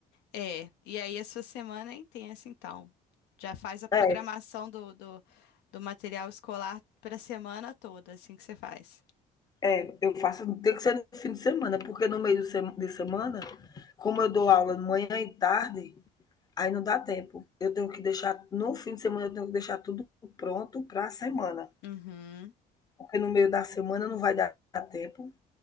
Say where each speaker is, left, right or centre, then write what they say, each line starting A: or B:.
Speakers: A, on the left (about 85°); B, on the left (about 20°).
A: É, e aí a sua semana é intensa, então. Já faz a programação
B: É,
A: do, do, do material escolar para a semana toda, assim que você faz.
B: é, eu faço, tem que ser no fim de semana, porque no meio de sema- de semana, como eu dou aula de manhã e tarde, aí não dá tempo. Eu tenho que deixar, no fim de semana, eu tenho que deixar tudo pronto para a semana.
A: Uhum,
B: Porque no meio da semana não vai dar tempo.